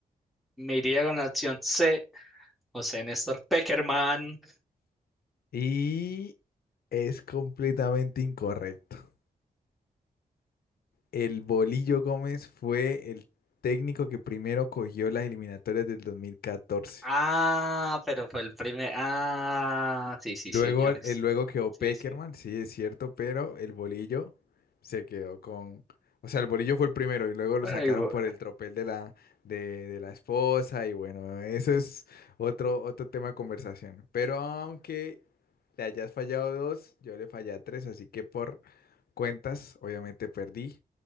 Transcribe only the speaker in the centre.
Me iría con la opción C, José Néstor Peckerman.
Ah, pero fue el primer. Ah, sí, sí,
señores.
Sí,
sí.
Bueno,
digo,